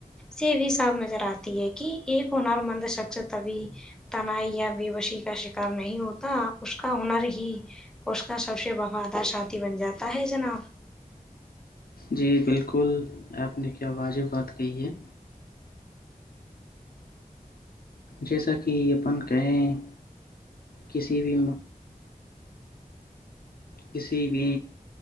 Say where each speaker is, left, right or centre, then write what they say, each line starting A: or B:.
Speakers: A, in the centre; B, on the left.
A: سے بھی صاف نظر آتی ہے کہ ایک ہنر مند شخص تبھی تنائی یا بےوشی کا شکار نہیں ہوتا اس کا ہنر ہی اس کا سب سے وفادار ساتھی بن جاتا ہے جناب
B: جی بالکل آپ نے کیا واجب بات کہی ہے جیسا کہ اپن کہیں کسی بھی کسی بھی